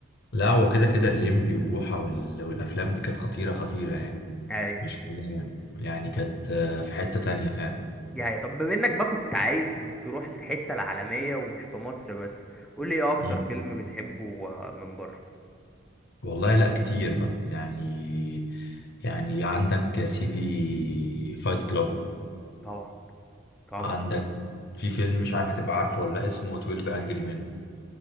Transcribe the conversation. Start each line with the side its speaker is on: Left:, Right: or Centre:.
Left: لا هو كده كده الليمبي وبوحه وال... والافلام دي كانت خطيره خطيره يعني
Centre: ايوه
Left: مش كلها يعني يعني كانت آه، في حته تانية فعلا
Centre: دي حقيقة. طب بما انك بقى كنت عايز تروح للحتة العالمية ومش في مصر بس قول لي ايه اكتر
Left: مم.
Centre: فيلم بتحبه آه، من بره
Left: والله لا كتير بقى يعني يعني عندك يا سيدي فايت كلاب
Centre: طبعا طبعا
Left: عندك في فيلم مش عارف هتبقى عارفه ولا لأ، اسمه 12 انجري مان